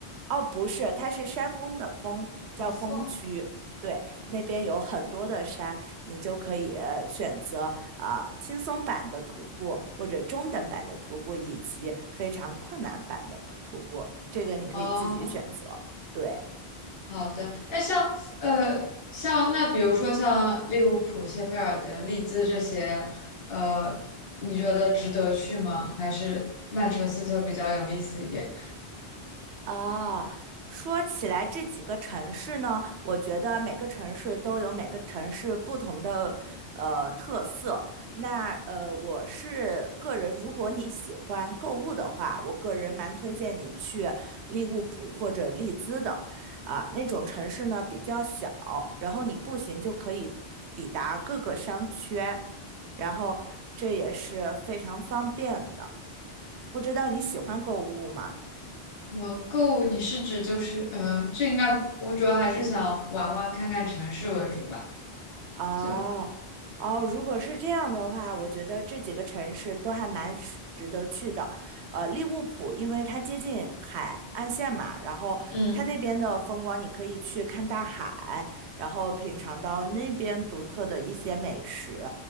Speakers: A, on the right (about 85°); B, on the left (about 65°).
A: 哦，不是，它是山峰的峰，叫峰区。
B: 哦，风
A: 对，那边有很多的山，你就可以呃选择啊、呃轻松版的徒步，或者中等版的徒步，以及非常困难版的徒步。这个你可以自己选择。
B: 哦。
A: 对。
B: 好的，哎，像呃，像那比如说像利物浦、谢菲尔德、利兹这些，呃，你觉得值得去吗？还是曼彻斯特比较有意思一点？
A: 啊，说起来这几个城市呢，我觉得每个城市都有每个城市不同的呃特色。那呃，我是个人，如果你喜欢购物的话，我个人蛮推荐你去利物浦或者利兹的，啊、那种城市呢比较小，然后你步行就可以抵达各个商圈，然后这也是非常方便的。不知道你喜欢购物吗？
B: 呃，购物你是指就是嗯、呃这应该我主要还是想玩玩看看城市为主吧。
A: 哦哦，
B: 就
A: 如果是这样的话，我觉得这几个城市都还蛮是值得去的。呃，利物浦，因为它接近海岸线嘛，然后它那边的风光，
B: 嗯，
A: 你可以去看大海，然后品尝到那边独特的一些美食。